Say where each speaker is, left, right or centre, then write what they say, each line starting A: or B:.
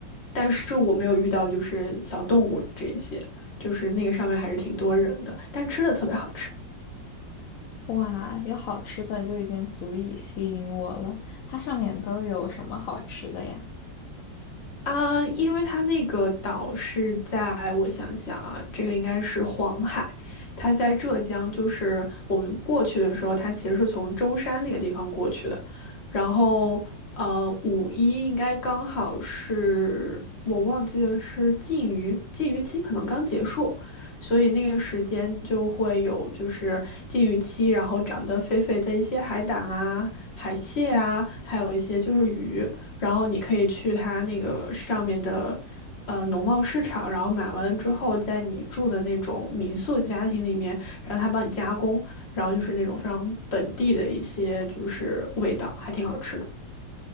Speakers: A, on the left (about 40°); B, on the left (about 80°).
A: 但是我没有遇到就是小动物这些，就是那个上面还是挺多人的，但吃的特别好吃。
B: 哇，有好吃的就已经足以吸引我了。它上面都有什么好吃的呀？
A: 啊，因为它那个岛是在，我想想啊，这个应该是黄海，它在浙江，就是我们过去的时候，它其实是从舟山那个地方过去的，然后呃，五一应该刚好是我忘记了是禁渔，禁渔期可能刚结束，所以那个时间就会有就是禁渔期，然后长得肥肥的一些海胆啊、海蟹啊，还有一些就是鱼。然后你可以去它那个上面的呃农贸市场，然后买完了之后，在你住的那种民宿家庭里面，让他帮你加工，然后就是那种非常本地的一些就是味道，还挺好吃的。